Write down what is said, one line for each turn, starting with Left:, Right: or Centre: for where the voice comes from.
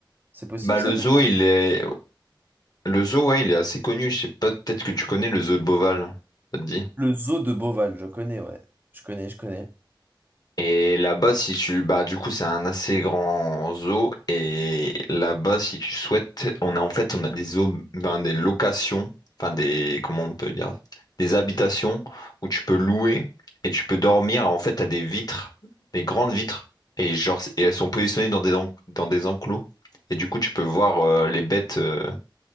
Right: C'est possible
Left: Bah
Right: ça
Left: le
Right: de-
Left: zoo, il est le zoo, ouais, il est assez connu. Je sais pas, peut-être que tu connais le zoo de Beauval. Ça te dit?
Right: Le zoo de Beauval, je connais, ouais. Je connais, je connais.
Left: Et là-bas, si tu... Bah, du coup, c'est un assez grand zoo. Et là-bas, si tu souhaites, on a en fait, on a des zoos, ben, des locations, enfin des... Comment on peut dire? Des habitations où tu peux louer et tu peux dormir. En fait, t'as des vitres, des grandes vitres. Et genre, et elles sont positionnées dans des, en- dans des enclos. Et du coup, tu peux voir euh, les bêtes euh,